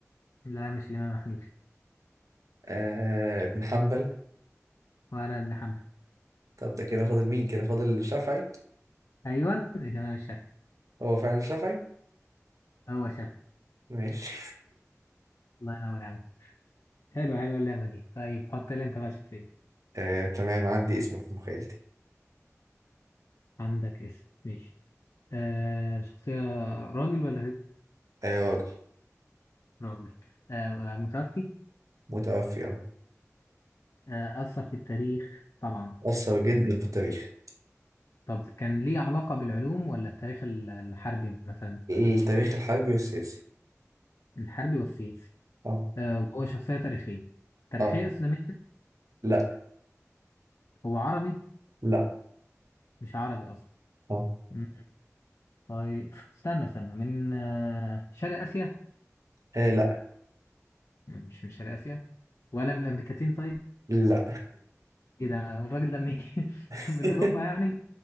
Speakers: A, on the left (about 70°); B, on the right (about 80°).
A: لا مش الإمام حنيفة
B: آه ابن حنبل
A: ولا ابن حنبل
B: طب ده كده فاضل مين كده فاضل الشافعي
A: أيوه الإمام الشافعي
B: هو فعلا الشافعي
A: هو شافعي
B: ماشي
A: الله ينور يا عم حلو حلو اللعبة دي طيب حط لي أنت بقى شخصية
B: <laughs> آه تمام عندي اسم في مخيلتي
A: عندك اسم ماشي آه شخصية راجل ولا ست؟
B: آه راجل
A: راجل آه متوفي
B: متوفي اه
A: آه أثر في التاريخ طبعا
B: أثر جدا في التاريخ
A: طب كان ليه علاقة بالعلوم ولا التاريخ ال- الحربي مثلا
B: التاريخ الحربي والسياسي
A: الحربي والسياسي
B: اه
A: آه وهو شخصية تاريخية تاريخية
B: اه
A: إسلامية
B: لا
A: هو عربي
B: لا
A: مش عربي أصلا
B: اه
A: مم. طيب استنى استنى من آه شرق آسيا
B: إيه لا
A: م- مش من شرق آسيا ولا من الأمريكتين طيب
B: لا
A: إيه ده الراجل ده منين <laughs>
B: <laughs>
A: من أوروبا يعني